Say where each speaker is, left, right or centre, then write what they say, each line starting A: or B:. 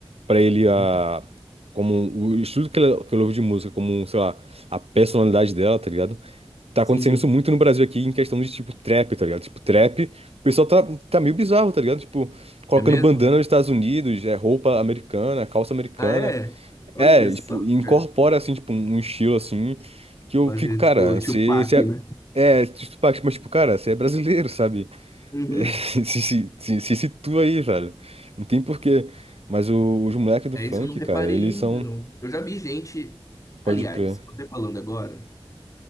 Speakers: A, on the right (about 80°); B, on the left (about 30°).
A: para ele a,
B: Hum,
A: como um, o estilo que ela, que ela ouve de música, como, um, sei lá, a personalidade dela, tá ligado? Tá acontecendo
B: Sim, sim.
A: isso muito no Brasil aqui em questão de, tipo, trap, tá ligado? Tipo, trap, o pessoal tá, tá meio bizarro, tá ligado? Tipo, colocando
B: É mesmo?
A: bandana nos Estados Unidos, é, roupa americana, calça americana.
B: Ah, é? Olha
A: É,
B: só,
A: tipo, incorpora,
B: cara.
A: assim, tipo, um um estilo, assim, que eu
B: Pode
A: fico,
B: ser
A: cara,
B: tipo
A: você...
B: Tupac,
A: você
B: né?
A: É, é, tipo, mas, tipo, cara, você é brasileiro, sabe?
B: Uhum.
A: É, <laughs> se, se, se, se situa aí, velho. Não tem porquê. Mas o- os moleques do
B: É
A: funk,
B: isso, eu não reparei
A: cara, eles
B: ainda,
A: são.
B: não. Eu já vi gente.
A: Pode
B: Aliás,
A: crer.
B: você falando agora,